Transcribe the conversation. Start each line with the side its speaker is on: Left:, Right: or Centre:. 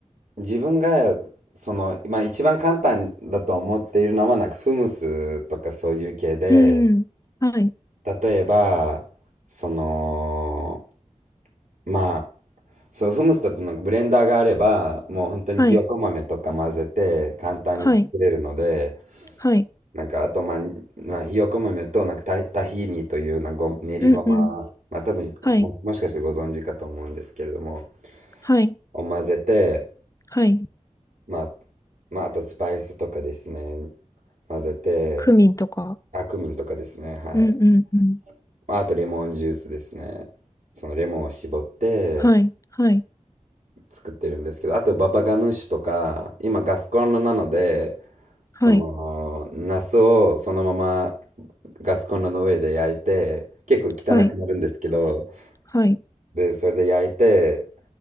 Right: 自分が、その、まあ一番簡単だと思っているのは、なんかフムスとかそういう系で、
Left: うん、はい、
Right: 例えば、その、まあ、そう、フムスだとなんかブレンダーがあれば、もう本当にひよこ豆とか混ぜて簡単に作れるので、
Left: はい、はい、はい、
Right: なんかあと、まあ、まあ、ひよこ豆となんかタ、タヒーニというなんかご練りごま、
Left: うん、うん、
Right: まあ多分も、
Left: はい、
Right: もしかしてご存知かと思うんですけれども、
Left: はい、
Right: を混ぜて、
Left: はい、
Right: まあ、まあ、あとスパイスとかですね。混ぜて、
Left: クミンとか、
Right: あ、クミンとかですね。はい。
Left: うん、うん、うん。
Right: まあとレモンジュースですね。そのレモンを絞って
Left: はい、はい、
Right: 作ってるんですけど、あとババガヌーシュとか、今ガスコンロなので、
Left: はい、
Right: その、ナスをそのままガスコンロの上で焼いて、結構汚くなるんですけど、
Left: はい、はい、
Right: で、それで焼いて、